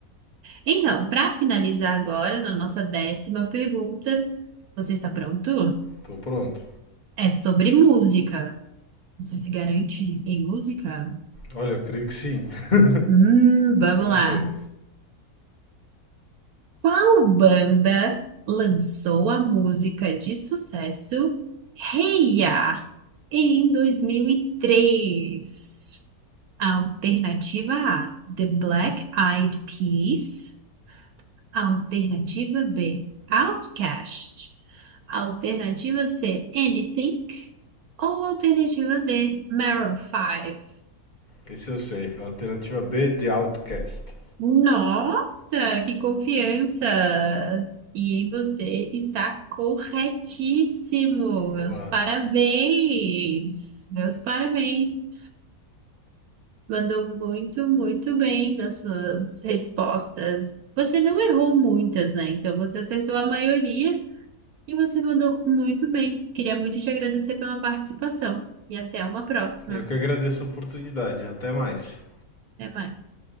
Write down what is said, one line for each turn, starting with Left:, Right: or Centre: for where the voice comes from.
Right: Então, para finalizar agora, na nossa décima pergunta, você está pronto?
Left: tô pronto.
Right: É sobre música. Você se garante em música?
Left: Olha, eu creio que sim. <laughs>
Right: Hum, vamos
Left: Vamos
Right: lá.
Left: ver.
Right: Qual banda lançou a música de sucesso Hey Ya em 2003? Alternativa A, The Black Eyed Peas. Alternativa B, Outkast. Alternativa C, NSYNC. Ou alternativa D, Maroon 5.
Left: Esse eu sei. Alternativa B de Outcast.
Right: Nossa, que confiança! E você está corretíssimo. Meus
Left: Boa.
Right: parabéns. Meus parabéns. Mandou muito, muito bem nas suas respostas. Você não errou muitas, né? Então você acertou a maioria e você mandou muito bem. Queria muito te agradecer pela participação. E até uma próxima.
Left: E eu que agradeço a oportunidade. Até mais.
Right: Até mais.